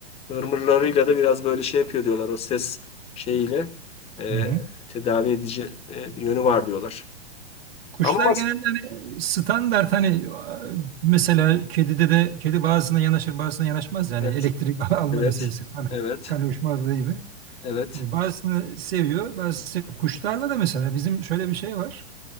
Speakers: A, on the left; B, on the right.
A: Irmırlarıyla da biraz böyle şey yapıyor diyorlar o ses şeyiyle e,
B: Hı hı.
A: tedavi edici e, yönü var diyorlar.
B: Kuşlar
A: Ama mas-
B: genelde hani standart hani e, mesela kedide de kedi bazısına yanaşır bazısına yanaşmaz yani
A: evet
B: elektrik <laughs> alma
A: evet
B: meselesi. Hani
A: evet
B: kan uyuşmazlığı gibi.
A: evet
B: E, bazısını seviyor, bazısını seviyor. Kuşlarda da mesela bizim şöyle bir şey var.